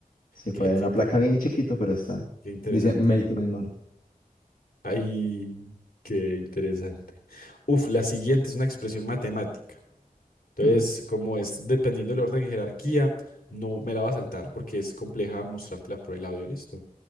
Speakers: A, on the left (about 70°); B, on the left (about 80°).
A: Sí,
B: qué,
A: por ahí hay
B: qué,
A: una
B: inte-
A: placa bien chiquito, pero está.
B: qué interesante.
A: Dice Melkin en Marte.
B: Ay, qué interesante. Uf, la siguiente es una expresión matemática. Entonces,
A: Mm,
B: como es dependiendo del orden de jerarquía, no me la va a saltar porque es compleja mostrártela por el audio, ¿listo?